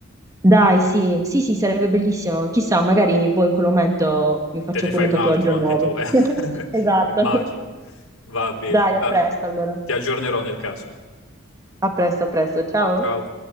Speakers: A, on the right; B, on the left.
A: Dai, sì, sì, sì, sarebbe bellissimo. Chissà, magari boh, in quel momento mi faccio
B: Te ne
A: pure
B: fai
A: un
B: un
A: tatuaggio
B: altro anche
A: nuovo.
B: tu, eh?
A: <laughs>
B: <laughs>
A: Esatto.
B: Immagino. Va bene.
A: Dai,
B: Allora,
A: a presto allora.
B: ti aggiornerò nel caso.
A: A presto, a presto. Ciao.
B: Ciao.